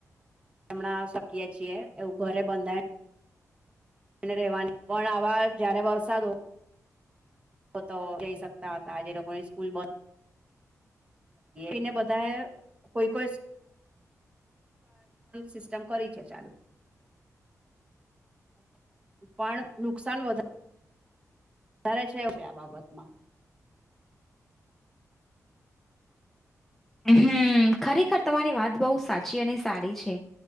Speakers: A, on the right; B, in the centre.
A: એમણાં શકીએ છીએ, એવું ઘરે બંધાય એને રહેવાની પણ આવા જયારે વરસાદ હો, તો જઈ શકતા હતા આજે લોકોની સ્કૂલબસ, એને બધા કોઈ કોઈ સિસ્ટમ, ફરીથી ચાલે નુકસાન વધારે. વધારે છે, આ બાબતમાં.
B: હમ. ખરેખર તમારી વાત બહુ સાચી અને સારી છે,